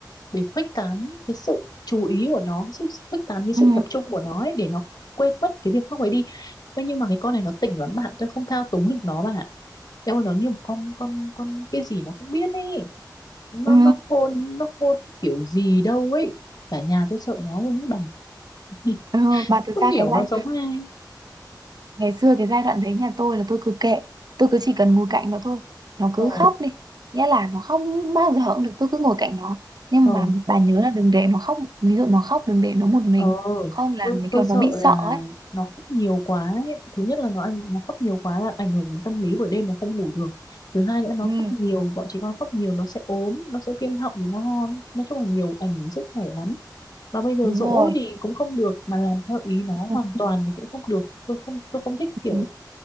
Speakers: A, on the left; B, on the right.
A: để khuếch tán cái sự chú ý của nó cái sự khuếch tán cái sự
B: ừ
A: tập trung của nó ấy, để nó quên mất cái việc khác ấy đi Thế nhưng mà cái con này nó tỉnh lắm bạn tôi không thao túng được nó bạn Eo ơi nó như một con con con cái gì nó cũng biết ấy nó
B: ừ
A: nó khôn nó khôn cái kiểu gì đâu ấy cả nhà tôi sợ nó luôn ấy bằng <laughs>
B: Ờ, mà thực
A: không
B: ra
A: hiểu
B: cái giai
A: nó giống ai
B: ngày xưa cái giai đoạn đấy nhà tôi là tôi cứ kệ tôi cứ chỉ cần ngồi cạnh nó thôi nó cứ
A: ờ
B: khóc đi nghĩa là nó không bao giờ cũng được tôi cứ ngồi cạnh nó nhưng
A: ờ
B: mà bà nhớ là đừng để nó khóc ví dụ nó khóc đừng để nó một mình
A: Ờ,
B: không là
A: tôi,
B: nó
A: tôi
B: kiểu
A: sợ
B: nó bị
A: là
B: sợ ấy
A: nó khóc nhiều quá ấy. Thứ nhất là nó ảnh- nó khóc nhiều quá là ảnh hưởng đến tâm lý buổi đêm là không ngủ được. Thứ hai nữa nó
B: ừ
A: khóc nhiều, bọn trẻ con khóc nhiều nó sẽ ốm, nó sẽ viêm họng rồi nó hon. Nói chung là nhiều ảnh hưởng sức khỏe lắm. Mà bây giờ
B: đúng
A: dỗ
B: rồi
A: thì cũng không được mà làm theo ý nó hoàn
B: ừ.
A: toàn thì cũng không được. Tôi không tôi không thích kiểu
B: ừ.